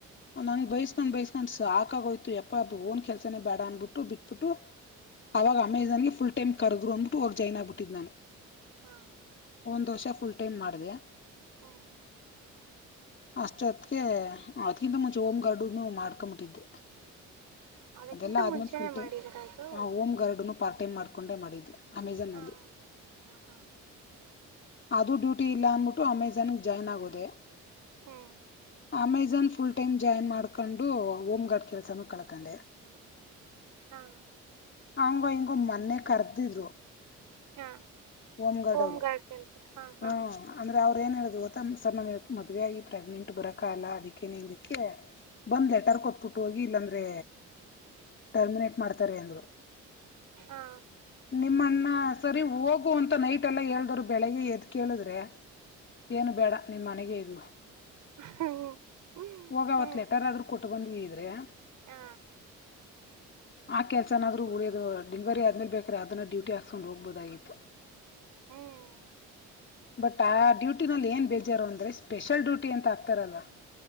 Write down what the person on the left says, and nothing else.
ನಂಗ್ ಬೈಸ್ಕೊಂಡ್ ಬೈಸ್ಕೊಂಡ್ ಸಾಕ್ ಕಾಗೋಯ್ತು ಯಪ್ಪಾ ಓನ್ ಕೆಲ್ಸನೇ ಬೇಡ ಅನ್ಬಿಟ್ಟು ಬಿಟ್ಬಿಟ್ಟು ಅವಾಗ ಅಮೇಜಾನಲ್ಲಿ
ಫುಲ್ ಟೈಮ್ ಕರದ್ರು ಅಂದ್ಬುಟ್ಟು ಹೋಗ್ ಜಾಯ್ನ್ ಆಗ್ಬಿಟ್ಟಿದ್ದ ನಾನು.
ಒಂದ ವರ್ಷ ಫುಲ್ ಟೈಮ್ ಮಾಡಿದೆ.
ಅಷ್ಟೇ ಹೊತ್ಗೆ ಅದ್ಕಿಂತ ಮುಂಚೆ ಹೋಮ್ ಗಾರ್ಡನೂ ಮಾಡ್ಕೊಂಬಿಟ್ಟಿದ್ದೆ.
ಅದೆಲ್ಲ ಆದ್ಮೇಲೆ
ಫುಲ್ ಟೈಮ್
ಆ ಹೋಮ್ ಗಾರ್ಡ್ನು ಪಾರ್ಟ್ ಟೈಮ್ ಮಾಡ್ ಕೊಂಡೆ ಮಾಡಿದ್ದು. ಅಮೆಜಾನ್ನಲ್ಲಿ.
ಅದೂ ಡ್ಯೂಟಿ ಇಲ್ಲ ಅನ್ಬಿಟ್ಟು ಅಮೆಜಾನ್ಗೆ ಜಾಯ್ನ್ ಆಗೋದೆ.
ಅಮೆಜಾನ್ ಫುಲ್ ಟೈಮ್ ಜಾಯ್ನ್ ಮಾಡ್ಕೊಂಡು ಹೋಮ್ಗಾಡ್ ಕೆಲ್ಸನ್ನು ಕಳಕಂಡೆ.
ಹಂಗೊ ಹಿಂಗೊ ಮೊನ್ನೆ ಕರ್ದಿದ್ರು.
ಹೋಮ್
ಅವರು
ಹ್ಮ ಅಂದ್ರೆ ಅವ್ರ ಏನ್ ಹೇಳಿದ್ರು ಗೊತ್ತಾ ಸರ್ ನನ್ಗೆ ಮದುವೆಯಾಗಿ ಪ್ರೆಗ್ನೆಂಟ್ ಬರಕ್ ಆಗಲ್ಲ ಅದಿಕ್ಕೆ ನಿಂದಕ್ಕೆ ಬಂದ್ ಲೆಟರ್ ಕೊಟ್ಬಿಟ್ ಹೋಗಿ ಇಲ್ಲಾಂದ್ರೆ ಟರ್ಮಿನೇಟ್ ಮಾಡ್ತಾರೆ ಅಂದ್ರು.
ನಿಮ್ಮಣ್ಣ ಸರಿ ಹೋಗು ಅಂತ ನೈಟ್ ಎಲ್ಲ ಹೇಳ್ದವ್ರು ಬೆಳಿಗ್ಗೆ ಎದ್ ಕೇಳಿದ್ರೆ, ಏನು ಬೇಡ ನೀನ್ ಮನೆಗೆ ಇರು.
ಹೋಗ ಅವತ್
ಲೆಟರ್ ಆದ್ರೂ ಕೊಟ್ಟು ಬಂದೀ <unintelligible>
ಆ ಕೆಲ್ಸನಾದ್ರೂ ಉಳಿದು ಡಿಲಿವರಿ ಆದ್ಮೇಲ್ ಬೇಕ್ರೆ ಅದನ್ನ ಡ್ಯೂಟಿ ಹಾಕಸ್ಕೊಂಡು ಹೋಗ್ಬೋದಾಗಿತ್ತು.
ಬಟ್ ಆ ಡ್ಯೂಟಿನಲ್ಲಿ ಏನ್ ಬೇಜಾರು ಅಂದ್ರೆ ಸ್ಪೆಷಲ್ ಡ್ಯೂಟಿ ಅಂತ ಹಾಕ್ತಾರಲ್ವಾ